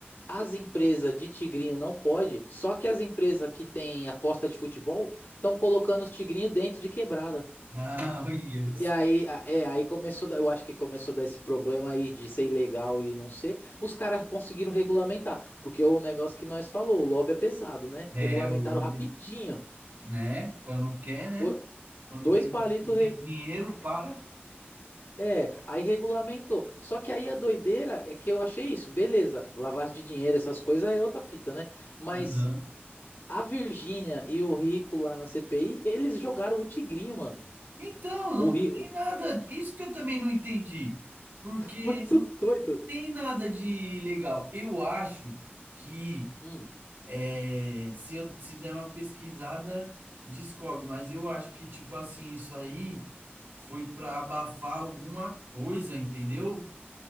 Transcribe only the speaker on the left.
As empresas de tigrinho não pode, só que as empresas que têm aposta de futebol estão colocando os tigrinhos dentro de quebrada.
E aí, a- é, aí começou, a eu acho que começou a dar esse problema aí de ser ilegal e não ser. Os caras conseguiram regulamentar, porque é o negócio que nós falou, o lobby é pesado, né?
Regulamentaram
rapidinho.
Do-
dois
palitos,
É, aí regulamentou. Só que aí a doideira é que eu achei isso, beleza, lavagem de dinheiro, essas coisas é outra fita, né? Mas
a Virgínia e o Rico lá na CPI, eles jogaram o tigrinho, mano.
O Rico,
<laughs> muito doido.
Hum,